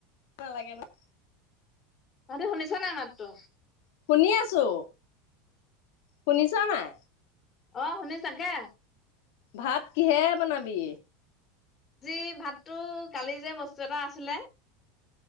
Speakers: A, on the left; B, on the left.
A: নালাগে ন
B: ততি শুনিছা নাই নাততো
A: শুনি আছো শুনিছ নাই
B: অ শুনিছাগে
A: ভাত কিহে বনাবি
B: যি ভাতটো কালি যে বস্তু এটা আছিলে